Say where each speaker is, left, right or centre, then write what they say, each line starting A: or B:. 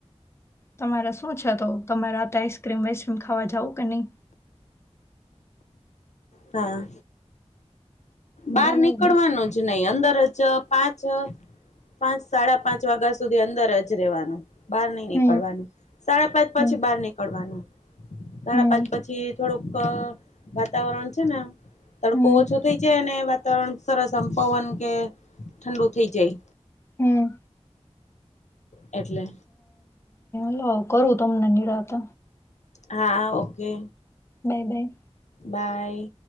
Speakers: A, on the left; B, on the left.
A: તમારા શું છે તો તમે રાતે આઈસક્રીમ વાઈસક્રીમ ખાવા જાવ કે નહી?
B: હા. બહાર
A: બરોબર
B: નીકળવાનું જ નહી અંદર જ પાંચ-પાંચ સાડા પાંચ વાગ્યા સુધી અંદર જ રહેેવાનું. બહાર નઈ નીકળવાનું.
A: હમ
B: સાડા પાંચ
A: હમ
B: પછી બહાર નીકળવાનું. સાડા
A: હમ
B: પાંચ પછી થોડુંક વાતાવરણ છે ને આમ તડકો
A: હમ
B: ઓછો થઈ અને વાતાવરણ સરસ આમ પવન કે ઠંડુ થઈ જાય.
A: હમ્મ.
B: એટલે
A: હલો કરું તમને નિરાતે.
B: હા ઓકે.
A: બાય-બાય.
B: બાય.